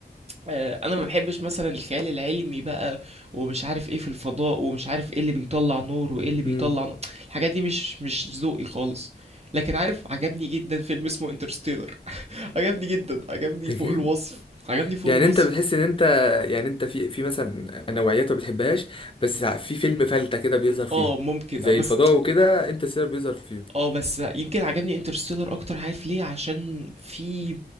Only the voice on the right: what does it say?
آه، انا ما بحبش مثلا الخيال العلمي بقى ومش عارف ايه في الفضاء ومش عارف ايه اللي بيطلع نور وايه اللي بيطلع
نار. الحاجات دي مش مش ذوقي خالص لكن عارف عجبني جدا فيلم اسمه انترستيلر عجبني جدا عجبني
فوق
الوصف عجبني فوق
الوصف
اه ممكن
آه، بس
اه بس يمكن عجبني انترستيلر اكتر عارف ليه عشان في